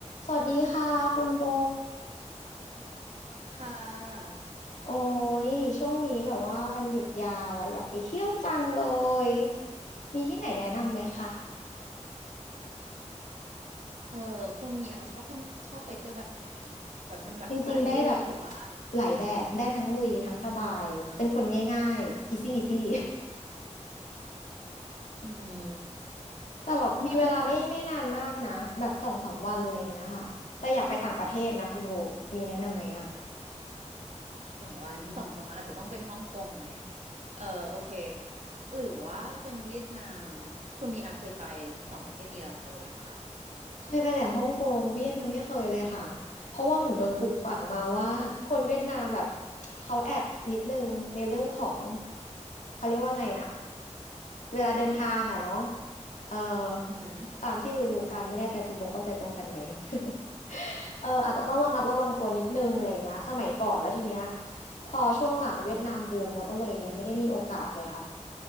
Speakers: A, on the left; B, on the right.
A: สวัสดีค่ะคุณโบ
B: ค่ะ
A: โอ้ย ช่วงนี้แบบว่าวันหยุดยาวอ่ะอยากไปเที่ยวจังเลย มีที่ไหนแนะนำไหมคะ
B: เออคุณมีอาชอบท่องชอบไปเที่ยวแบบไหน แบบมันแบบสายลุยหรือว่า
A: จริงๆได้แบบหลายแบบได้ทั้งลุยทั้งสบาย
B: เมือง
A: เป็นคนง่ายๆ easy easy
B: อืม
A: <laughs> แต่แบบมีเวลาไม่ไม่นานมากนะแบบสองสามวันอะไรอย่างเงี้ยค่ะ
B: ถ้าถ้าเป็นแบบ
A: แต่อยากไปต่างประเทศนะคุณโบมีแนะนำไหมอ่ะ
B: สองสามวันสองสามวันอาจจะต้องเป็นฮ่องกงไหมเออโอเค หรือว่าเป็นเวียดนาม คุณมีอาเคยไปสองประเทศนี้แล้วหรือยังคะ
A: เคยไปแต่ฮ่องกงเวียดยังไม่เคยเลยค่ะเพราะว่าเหมือนโดนปลูกฝังมาว่าคนเวียดนามแบบเขาแอบนิดนึงในเรื่องของเขาเรียกว่าไงอะเวลาเดินทางอะเนาะเออ
B: อือหือ
A: ตามที่รู้ๆกันไม่แน่ใจคุณโบเข้าใจตรงกันไหม <laughs> เอออาจจะต้องระมัดระวังตัวนิดนึงอะไรอย่างเงี้ยสมัยก่อนแล้วทีเนี้ยพอช่วงหลังเวียดนามบูมเราก็เลยยังไม่ได้มีโอกาสเลยค่ะ